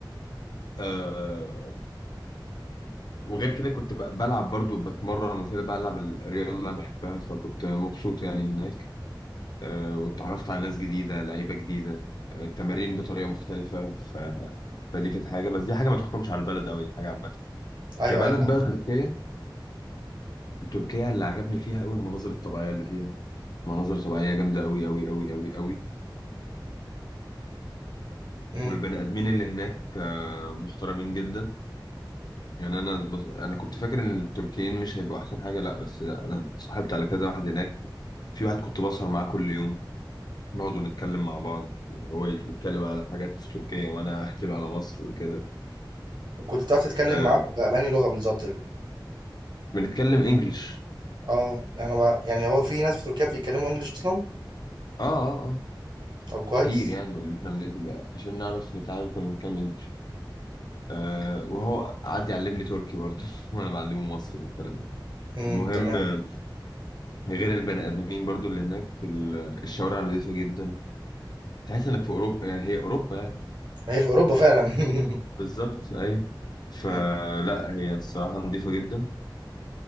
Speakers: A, on the left; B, on the right.
A: آه، وغير كده كنت ب- بلعب برضو بتمرن وكده بلعب الرياضة اللي أنا بحبها فكنت مبسوط يعني هناك آه، واتعرفت على ناس جديدة لعيبة جديدة آه، تمارين بطريقة مختلفة ف... فدي كانت حاجة بس دي حاجة ما تحكمش على البلد أوي دي حاجة عامة
B: أيوه،
A: كبلد
B: أيوه فاهمك،
A: بقى تركيا تركيا اللي عجبني فيها أوي المناظر الطبيعية اللي فيها مناظر طبيعية جامدة أوي أوي أوي أوي أوي
B: إمم،
A: والبني آدمين اللي هناك آه، محترمين جدا يعني أنا بص... أنا كنت فاكر إن التركيين مش هيبقوا أحسن حاجة لأ بس لأ أنا صاحبت على كذا واحد هناك في واحد كنت بسهر معاه كل يوم نقعد نتكلم مع بعض هو يتكلم على حاجات في تركيا وانا احكي له على مصر وكده
B: وكنت بتعرف تتكلم
A: آه
B: معاه ب بأنهي لغة بالضبط ال
A: بنتكلم انجلش
B: آه، أنا ب يعني هو في ناس في تركيا بيتكلموا English أصلًا؟
A: اه اه اه
B: طب كويس،
A: كتير يعني إن احنا بنبقى عشان نعرف نتعامل كنا بنتكلم انجلش آه وهو قعد يعلمني تركي برضه <laughs> وانا بعلمه مصري والكلام ده
B: إمم،
A: المهم
B: تمام،
A: آه، غير البني ادمين برضه اللي هناك ال- الشوارع نظيفة جدا تحس انك في اوروبا يعني هي اوروبا يعني
B: ما هي في أوروبا فعلًا، <laughs>
A: بالظبط ايوه فلا
B: إمم،
A: هي الصراحة نظيفة جدا